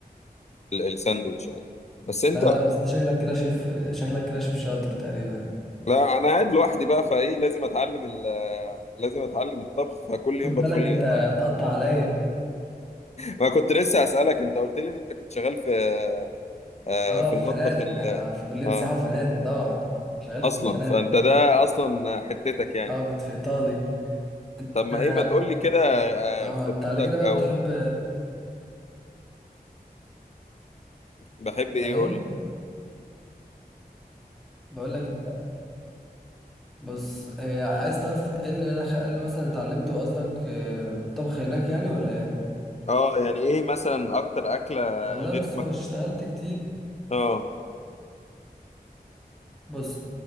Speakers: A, on the left; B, in the centre.
A: ال- الساندوتش يعني بس انت
B: لا لا بس انت شكلك كده شيف شكلك كده شيف شاطر تقريبا
A: لا انا قاعد لوحدي بقى فايه لازم اتعلم ال- آه، لازم اتعلم الطبخ فكل
B: خد
A: يوم بدخل
B: بالك انت
A: اتعلم
B: تقطع عليا
A: ما كنت لسه اسالك انت قلت لي ان انت كنت شغال في آه، آه،
B: اه
A: في
B: في
A: المطبخ
B: فنادق
A: ال-
B: انا في كلية
A: اه
B: سياحة وفنادق طبعا انا شغال
A: اصلا
B: في فنادق
A: فانت ده اصلا حتتك يعني
B: اه كنت في ايطالي
A: طب ما
B: ده-
A: ايه ما تقول لي كده
B: اه
A: آه، خبرتك
B: انت على كده بقى
A: او
B: بتحب
A: بحب ايه
B: ايه
A: قول لي
B: بقول لك انت بص إيه عايز تعرف ايه اللي انا خ- إيه اللي مثلا اتعلمته قصدك إيه، من الطبخ هناك يعني ولا ايه
A: اه يعني ايه مثلا اكتر اكله
B: والله
A: غير
B: بص
A: المكرونه
B: وانا اشتغلت كتير
A: اه
B: بص